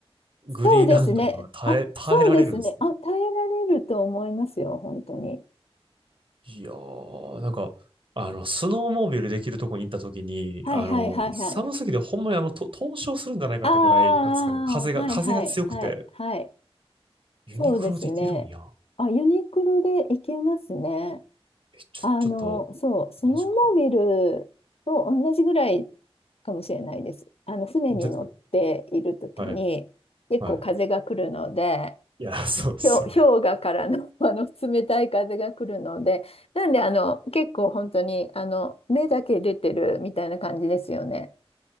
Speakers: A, on the right (about 55°); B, on the left (about 75°).
A: グリーンランドには耐え、
B: そうですね。あ、
A: 耐えられるんですね。
B: そうですね。あ、耐えられると思いますよ、本当に。
A: いやー、なんか、あの、スノーモービルできるとこに行った時に、
B: はいはいはいはい。
A: あの、寒すぎてほんまにあの、と凍傷するんじゃないかってぐらい、
B: ああ、
A: なんですかね、風が、
B: はいはいはいはい。
A: 風が強くて、ユニクロできるんや。
B: そうですね。あ、ユニクロで行けますね。
A: え、ちょ、
B: あの、
A: ちょっと、
B: そう、スノーモービルと同じぐらい
A: マジか。
B: かもしれないです。あの、船に乗っているときに、
A: で、はい、
B: 結構風が来るので、
A: はい。いや、そうですよね。
B: 氷、氷河からの、<laughs> あの冷たい風が来るので、なんで、あの、結構本当に、あの、目だけ出てるみたいな感じですよね。